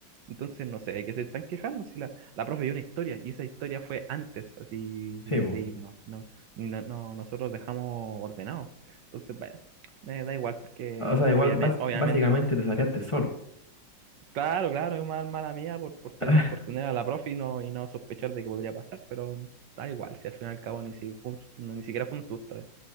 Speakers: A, on the right; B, on the left.
A: Entonces no sé de qué se están quejando si la, la profe dio una historia y esa historia fue antes así de,
B: <laughs> sí, po.
A: de irnos, ¿no? Ni no, no- nosotros dejamos ordenado. Entonces, bueno, me da igual porque
B: O sea, igual
A: obviamente,
B: bas-
A: obviamente,
B: básicamente te sapeaste solo.
A: claro, claro, es una mala mía por, por, ten-
B: <laughs>
A: por tener a la profe y no, y no sospechar de que podría pasar, pero da igual, si al fin y al cabo ni, si fue un- no- ni siquiera fue un susto, eh.